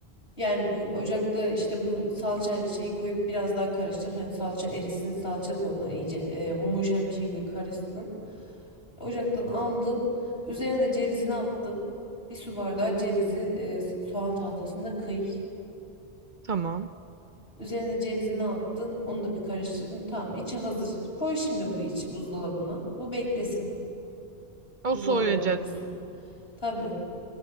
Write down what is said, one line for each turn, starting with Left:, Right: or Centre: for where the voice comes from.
Left: Yani bu ocakta işte bu salçayla şeyi koyup biraz daha karıştır. Hani salça erisin, salça da ona iyice e, homojen bir şekilde karışsın. Ocaktan aldın. Üzerine de cevizini attın. Bir su bardağı cevizi e, soğan tahtasında kıy.
Right: Tamam.
Left: Üzerine cevizini attın. Onu da bir karıştırdın. Tamam, içi hazır. Koy şimdi bu içi buzdolabına. Bu beklesin. Buzdolabına
Right: O soğuyacak.
Left: dursun. Tabii.